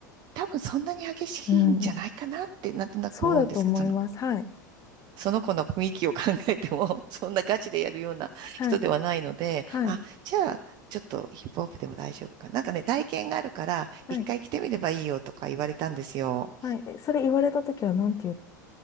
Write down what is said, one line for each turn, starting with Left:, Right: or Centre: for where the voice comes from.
Right: 多分そんなに激しいんじゃないかなってなんとなく思うんですけど、
Left: うん。そうだと思います。
Right: その、
Left: はい。
Right: その子の雰囲気を考えても、<laughs> そんなガチでやるような人ではないので、
Left: はい。はい。
Right: あ、じゃあ、ちょっとヒップホップでも大丈夫かな。なんかね、体験があるから、
Left: はい。
Right: 一回来てみればいいよとか言われたんですよ。
Left: はい。えそれ言われたときは何て言う、